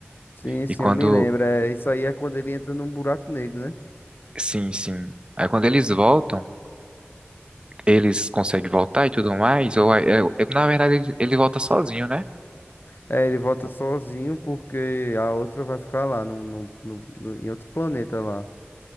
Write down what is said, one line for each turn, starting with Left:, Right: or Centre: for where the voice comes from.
Left: Sim, sim,
Right: E quando,
Left: eu me lembro. É, isso aí é quando ele entra num buraco negro, né?
Right: sim, sim. Aí quando eles voltam, eles conseguem voltar e tudo mais. Ou aí- eu- eu- na verdade ele, ele volta sozinho, né?
Left: É, ele volta sozinho porque a outra vai ficar lá, no, no, no- no- em outro planeta lá.